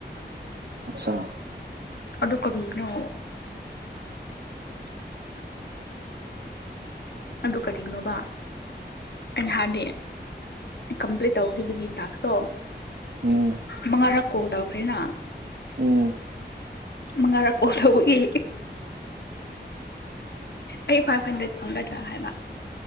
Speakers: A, on the right (about 60°); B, on the left (about 65°).
A: ꯑꯆꯥ
B: ꯑꯗꯨ ꯀꯔꯤꯅꯣ
A: <unintelligible>
B: ꯑꯗꯨ ꯀꯔꯤꯒꯤꯅꯣꯕ ꯑ ꯅꯍꯥꯟꯗꯤ ꯀꯝꯄ꯭ꯂꯤꯠ ꯇꯧꯈꯤꯕꯒꯤ ꯇꯥꯛꯁꯇꯣ
A: ꯎꯝ
B: ꯃꯉ ꯀꯣꯜ ꯇꯧꯈ꯭ꯔꯦꯅ
A: ꯑ
B: ꯃꯉꯥꯔꯛ ꯀꯣꯜ ꯇꯧꯕꯒꯤ ꯑꯩ ꯐꯥꯏꯚ ꯍꯟꯗ꯭ꯔꯦꯠ ꯐꯪꯒꯗ꯭ꯔꯥ ꯍꯥꯏꯕ